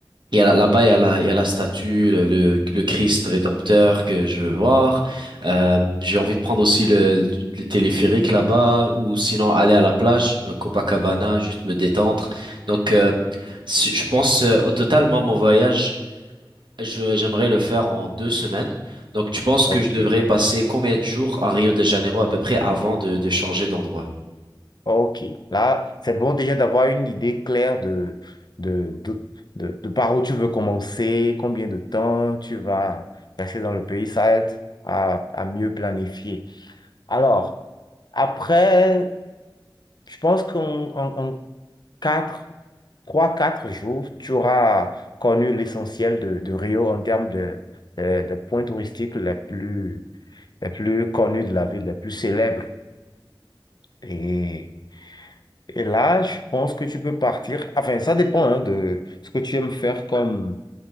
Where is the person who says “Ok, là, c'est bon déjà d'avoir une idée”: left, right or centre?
Left